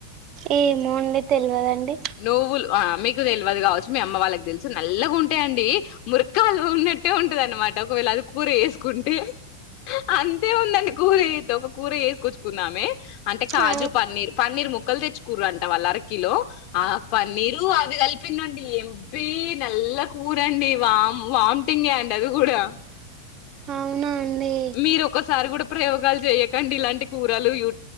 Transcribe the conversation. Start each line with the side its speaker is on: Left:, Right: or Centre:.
Right: ఏమో అండి తెల్వదండి.
Left: నువ్వులు ఆ మీకు తెల్వదు కావచ్చు మీ అమ్మ వాళ్ళకి తెలుసు నల్లగా ఉంటాయి అండి. మూర్కలువ ఉన్నట్టే ఉంటది అనమాట ఒకవేళ అది కూర చేసుకుంటే అంతే ఉందండి కూర చేతే కూర వేసుకొచ్చుకుంనామే అంటే కాజు
Right: ఆ
Left: పన్నీర్ పన్నీర్ ముక్కలు తెచ్ కూర అంట వాళ్ళు అరకిలో ఆ పన్నీరు అవి కలిపి పిన్న ఎబీ నల్ల కూరండి వామ్ వామిటింగే అండి అది కూడా
Right: అవునా అండి
Left: మీరు ఒకసారి కూడా ప్రయోగాలు చేయకండి ఇలాంటి కూరలు యూ